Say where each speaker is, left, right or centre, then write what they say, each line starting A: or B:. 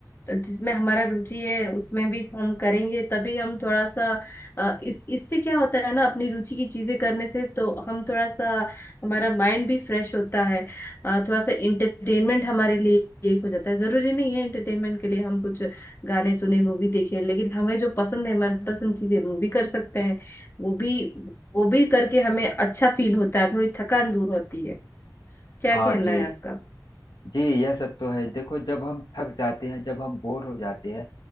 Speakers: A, on the left; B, on the left.
A: तो जिसमें हमारा रुचि है उसमें भी हम करेंगे तभी हम थोड़ा सा अ, इस इससे क्या होता है ना अपनी रुचि की चीजें करने से तो हम थोड़ा सा हमारा माइंड भी फ्रेश होता है अ, थोड़ा सा इंटरटेनमेंट हमारे लिए एक हो जाता है जरूरी नहीं है इंटरटेनमेंट के लिए हम कुछ गाने सुने मूवी देखे लेकिन हमें जो पसंद है मनपसंद चीजें मूवी कर सकते हैं वो भी वो भी करके हमें अच्छा फील होता है थोड़ी थकान दूर होती है क्या
B: हाँ
A: कहना
B: जी
A: है आपका
B: जी यह सब तो है देखो जब हम थक जाते हैं जब हम बोर हो जाते हैं